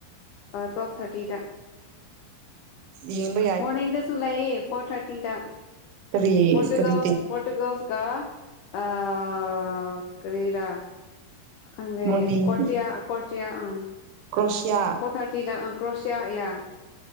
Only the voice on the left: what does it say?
ꯑ ꯇ꯭ꯋꯦꯜꯞ ꯊꯔꯇꯤꯗ
ꯃꯣꯔꯅꯤꯡꯗꯁꯨ ꯂꯩꯌꯦ ꯐꯣꯔ ꯊꯥꯔꯇꯤꯗ
ꯄꯣꯔꯇꯨꯒꯜꯁ
ꯄꯣꯠ ꯇꯨꯒꯜꯁ ꯀ ꯑꯥ ꯀꯔꯤꯔꯥ ꯈꯪꯗꯦ
ꯀꯣꯔꯇ꯭ꯌꯥ ꯀꯣꯔꯇ꯭ꯌꯥ ꯑꯪ
ꯐꯣꯔ ꯊꯥꯔꯇꯤꯗ ꯑ ꯀ꯭ꯔꯣꯁꯤꯌꯥ ꯌꯥ